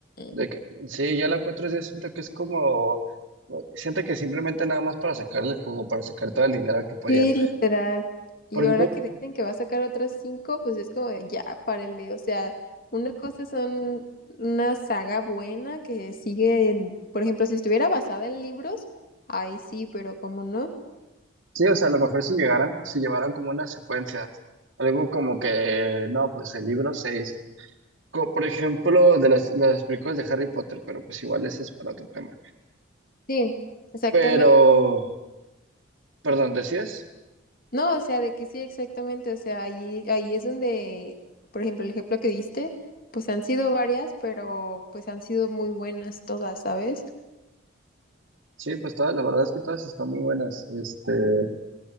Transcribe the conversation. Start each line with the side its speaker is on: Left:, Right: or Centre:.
Right: De
Left: "Mm,
Right: que, sí, ya la cuatro ya siento que es como, siento que simplemente nada más para sacarle el jugo, para sacar todo el dinero que podían.
Left: Sí, literal. Y
Right: Porque
Left: ahora
Right: pues,
Left: que dicen que va a sacar otras cinco, pues es como de, ya, párele. O sea, una cosa son una saga buena que sigue, en- por ejemplo, si estuviera basada en libros, ahí sí, pero como no.
Right: sí, o sea, a lo mejor si llegaran, si llevaran como una secuencia, algo como que, no, pues el libro 6, por ejemplo, de las, las películas de Harry Potter, pero pues igual ese es para otro tema.
Left: Sí, exactamente.
Right: Pero, perdón, ¿decías?
Left: No, o sea, de que sí, exactamente. O sea, ahí, ahí es donde, por ejemplo, el ejemplo que diste, pues han sido varias, pero pues han sido muy buenas todas, ¿sabes?
Right: Sí, pues todas, la verdad es que todas están muy buenas. Este,